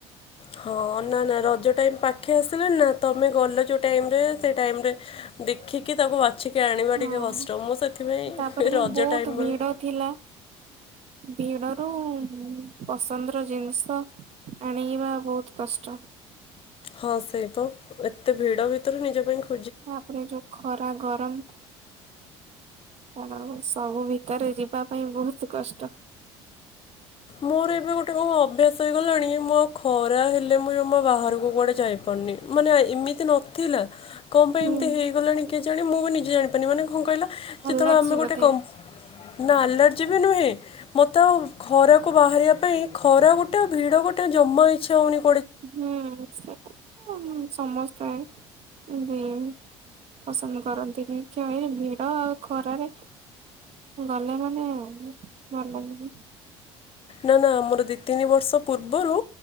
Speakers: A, on the left (about 40°); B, on the right (about 50°).
A: ହଁ ନା ନା ରଜ ଟାଇମ ପାଖେଇ ଆସିଲାଣି ନା ତମେ ଗଲ ଯେଉଁ ଟାଇମରେ ସେ ଟାଇମରେ ଦେଖିକି ତାକୁ ବାଛିକି ଆଣିବା
B: ହଁ।
A: ଟିକେ କଷ୍ଟ ମୁଁ ସେଥିପାଇଁ
B: ତାପରେ ବି
A: ରଜ
B: ବହୁତ
A: ଟାଇମ୍
B: ଭିଡ
A: ବେଳୁ
B: ଥିଲା ଭିଡ ରୁ ପସନ୍ଦର ଜିନିଷ ଆଣିବା ବହୁତ କଷ୍ଟ।
A: ହଁ ସେଇପ ଏତେ ଭିଡ ଭିତରୁ ନିଜ ପାଇଁ ଖ
B: ଆପଣ ଯୋଉ ଖରା ଗରମ ତ ଆପଣଙ୍କୁ ସବୁ ଭିତରେ ଯିବା ପାଇଁ ବହୁତ କଷ୍ଟ।
A: ମୋର ଏବେ ଗୋଟେ କଣ ଅଭ୍ୟାସ ହେଇଗଲାଣି ମୁଁ ଆଉ ଖରା ହେଲେ ମୁଁ ଜମା ବାହାରକୁ କୁଆଡେ ଯାଇ ନି ମାନେ ଏମିତି ନଥିଲା କଣ ପାଇଁ
B: ହୁଁ।
A: ଏମିତି ହେଇଗଲାଣି କେଜାଣି ମୁଁ ବି ନିଜେ ଜାଣିପାରୁନି ମାନେ କଣ କହିଲ ଯେତେବେଳେ
B: ଆଲାର୍ଜି
A: ଆମେ
B: ବୋଧେ
A: ଗୋଟେ କମ୍ ନା ଆଲର୍ଜି ବି ନୁହେଁ ମୋତେ ଆଉ ଖରା ବାହାରିବା ପାଇଁ ଖରା ଗୋଟେ ଆଉ ଭିଡ ଗୋଟେ ଜମା ଇଚ୍ଛା ହଉନି।
B: ହୁଁ ସୋ ସମସ୍ତ <unintelligible> ପସନ୍ଦ କରନ୍ତିନି କେହି ଭିଡ ଆଉ ଖରାରେ ଗଲେ ମାନେ ଭଲ ଲାଗେନି।
A: ନା ନା ମୋର ଦୁଇ ତିନି ବର୍ଷ ପୂର୍ବରୁ